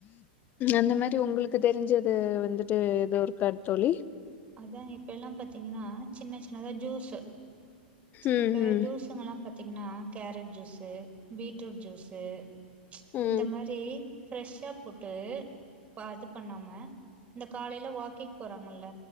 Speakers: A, on the left; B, on the right.
A: அந்த மாரி உங்குளுக்கு தெரிஞ்சது வந்துட்டு ஏதோ ஒரு கட்தோழி
B: அதா இப்ப எல்லா பாத்தீங்கனா சின்ன சின்னதா ஜூஸு
A: ம்
B: இப்ப
A: ம்
B: ஜூஸுங்கலா பாத்தீங்கனா கேரட்ஜூஸு பீட்ரூட்ஜூஸு
A: ம்
B: இந்தமாரி ஃப்ரெஷ்ஷாபோட்டு பா இது பண்ணாம இந்த காலையில வாக்கிங் போறாங்கல்ல